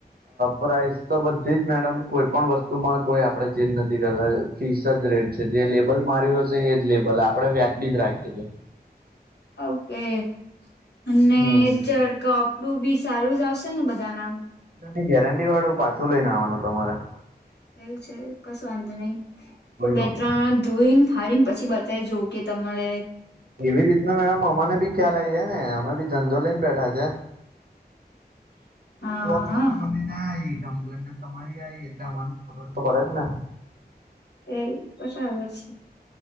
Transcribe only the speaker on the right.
પ્રઇઝ તો બધી જ મેડમ કોઈ પણણ વસ્તુમાં કોઈ આપડે ચેન્જ નથી કરતા ફીસ જ રેટ જે લેબલ માર્યું હશે એજ લેબલ આપડે વ્યાજ બીજ રાખીએ છે.
હમ હમ.
ની ગેરંટી વાળું પાછું લઈને આવવાનું તમારે
કોઈ
વાંધો
નહી.
એવી રીતના મેડમ અમાને બી ખ્યાલ આવી જાય ને અમે બી ધંધો લઈને બેઠા છે.
સ્વકષતા
મ ન આ કમપલેને તમારી આઈ એટલા મન ખબર તો પડે જ ને